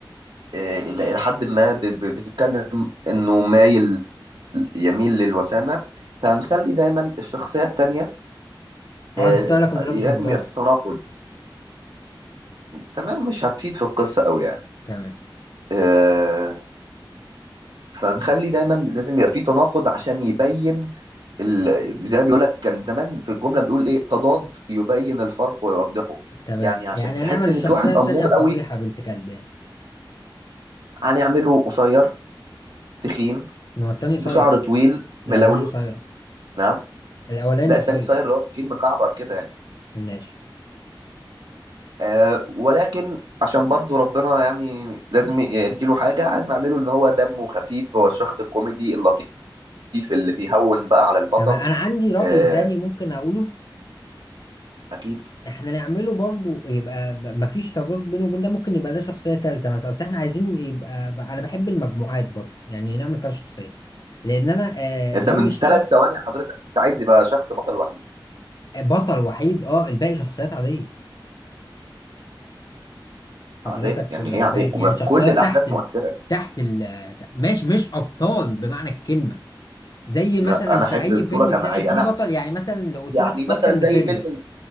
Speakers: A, on the right (about 65°); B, on the left (about 50°).
A: آه، إلى حد ما ب- ب- بتتكلم إنه مايل يميل للوسامة فهنخلي دايما الشخصية التانية
B: اه
A: آه،
B: نسيت اقول لك انه لابس
A: لازم
B: نظارة
A: يبقى في تناقض تمام مش هتفيد في القصة أوي يعني
B: تمام
A: آه، فنخلي دايما لازم يبقى في تناقض عشان يبين ال... زي ما بيقول لك كان زمان في الجمله بنقول ايه تضاد يبين الفرق ويوضحه
B: تمام
A: يعني عشان
B: يعني
A: تحس
B: هنعمل
A: ان
B: الشخصية
A: في واحد
B: التانية
A: امور
B: قبيحة
A: قوي
B: بنت كلب يعني
A: هنعمله قصير تخين
B: ما هو التاني قصير
A: بشعر طويل ملولو
B: الأولاني قصير
A: نعم
B: الأولاني
A: لا التاني
B: قصير
A: قصير اللي هو تخين مكعبر كده يعني
B: ماشي
A: آه ولكن عشان برضو ربنا يعني لازم يديله حاجة هنعمله ان هو دمه خفيف هو الشخص الكوميدي اللطيف اللي بيهون بقى على البطل
B: تمام أنا عندي رأي
A: آه
B: تاني ممكن أقوله
A: اكيد
B: احنا نعمله برضو يبقى ب- مفيش تضاد بينه وبين ده ممكن يبقى ده شخصية تالتة مثلا اصل احنا عايزين يبقى ب- انا بحب المجموعات برضو يعني نعمل كذا شخصية لان انا آه،
A: انت
B: ناوي
A: من
B: الشخص
A: ثلاث ثواني حضرتك كنت عايز يبقى شخص بطل وحيد
B: بطل وحيد اه الباقي شخصيات عادية حضرتك
A: عداء يعني
B: لو
A: ايه
B: فاهم
A: عداء
B: يعني
A: يبقى في
B: شخصيات
A: كل الاحداث
B: تحت ال...
A: مؤثره
B: تحت ال... ماشي مش ابطال بمعنى الكلمة زي
A: لا
B: مثلا
A: انا
B: في
A: احب
B: اي
A: بطوله
B: فيلم
A: جماعيه
B: تلاقي فيه
A: انا
B: بطل يعني مثلا لو قلت
A: يعني
B: لك
A: مثلا
B: فاست اند
A: زي
B: فيريوس
A: فيلم